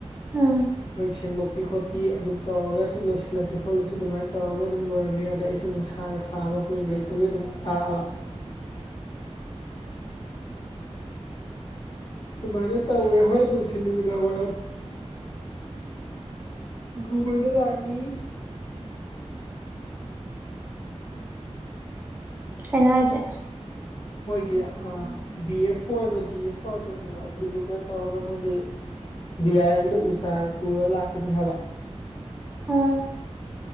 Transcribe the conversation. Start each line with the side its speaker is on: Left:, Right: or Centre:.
Right: ꯑꯝ
Left: ꯃꯣꯏ ꯁꯦꯡꯗꯣꯛꯄꯤ ꯈꯣꯠꯄꯤ ꯑꯗꯨꯝ ꯇꯧꯔꯒꯁꯨ ꯂꯣꯏꯁꯤꯜꯂꯁꯤ ꯈꯣꯠꯂꯁꯤ ꯑꯗꯨꯃꯥꯏꯅ ꯇꯧꯔꯒ ꯑꯗꯨꯝ ꯂ‌ꯣꯏꯔꯝꯃꯤ ꯑꯗ ꯑꯩꯁꯨ ꯅꯨꯡꯁꯥ ꯈꯥꯡꯒ ꯁꯥꯕ ꯀꯨꯏ ꯂꯩꯇꯕꯤ ꯑꯗꯨꯝ ꯀꯥꯔꯛꯑꯕ ꯑꯗꯨꯃꯥꯏꯅ ꯇꯧꯋꯦ ꯍꯣꯏ ꯅꯨꯡꯊꯤꯤꯟ ꯅꯨꯃꯤꯗꯥꯡ ꯋꯥꯔꯝ ꯎ ꯕꯣꯏꯗꯣ ꯂꯒꯅꯤ
Right: ꯀꯩꯅꯣ ꯍꯥꯏꯖꯦ
Left: ꯃꯣꯏꯒꯤ ꯕꯤ ꯑꯦꯐ ꯑꯣ ꯑꯣꯏꯕ꯭ꯔꯥ ꯗꯤ ꯑꯦꯐ ꯑꯣꯏꯕ꯭ꯔꯥ ꯀꯩꯅꯣ ꯑꯗꯨꯗꯨꯒ ꯇꯧꯔꯒ ꯃꯣꯏꯒꯤ ꯕꯤ ꯑꯏ ꯑꯗ ꯎ ꯆꯥꯔ ꯄꯨꯔ ꯂꯥꯛꯀꯅꯤ ꯍꯥꯏꯕ
Right: ꯎꯝ